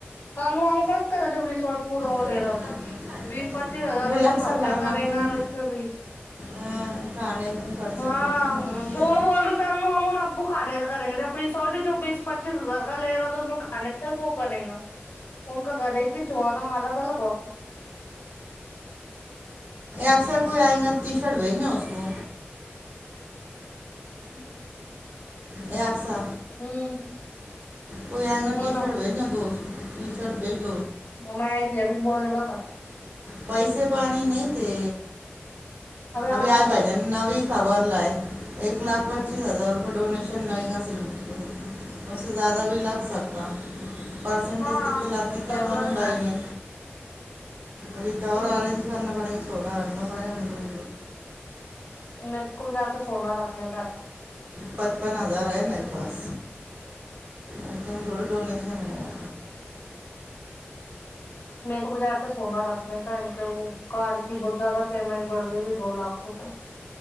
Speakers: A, on the left; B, on the right.
A: س آام کرتا ہے نا جب ریسورٹ پورا وہ
B: یہ
A: لے رہا تو
B: آپ کو کھانے
A: بیس
B: کا
A: پچ پیس ہزار
B: بولے اکثر
A: بھی خرچا
B: کھانا
A: کریں
B: نا اپن
A: گا اس بھی
B: ہاں، کھانے میں خرچہ
A: ہاں
B: کریں گے محرم
A: وہ
B: دے
A: بول رہ تھا ام ابو کھانے کا کریں گے جب ریسورٹ ہی جو بیس پچیس ہزار کا لے رہا ہے تو اس میں کھان کا کو کریں گا ان کا گھر ایک ہی چوانا الگ الگ ہو کہ
B: اکثر کوئی آئے گا ٹی شرٹ بھیجنا اس کو
A: <unintelligible>
B: ایک سا
A: ہوں
B: کو ای گ
A: بولا
B: ٹی شرٹ وا دو سو ٹی شرٹ بیگ
A: ہ میں آئی تھی اب بولنے کا تھا تو
B: پیسے پانی نہیں تھے
A: آ
B: ابھی
A: گئے
B: آج
A: کیا
B: بھائی جان نوی سامان لیے ایک لاک
A: کیا
B: پچیس ہزار روپئے ڈونیٹ شن لگے گا سر کو اس سے زیادہ بھی لگ سکتا پرسنٹیج
A: ہاں
B: کتتے لات
A: پتا
B: ت کیا
A: تو
B: معلوم
A: لگے
B: بھائی
A: آج
B: نے ابھی تو
A: ہ
B: اور آرنج کرنا پڑے گا بنا رہ سنا پڑھے ہم ہے
A: میرے کو بھی جا کے چوڑنا رکھنے کا
B: پچپن ہزار ہے میرے پاس استے میں تھوڑی ڈونیشن ہوا
A: میرے کو بھی جا کے سونا رکھنے وہ کار کی بہت زیادہ پیمنٹ بڑھ گئی ہوئی دو لاکھ روپئے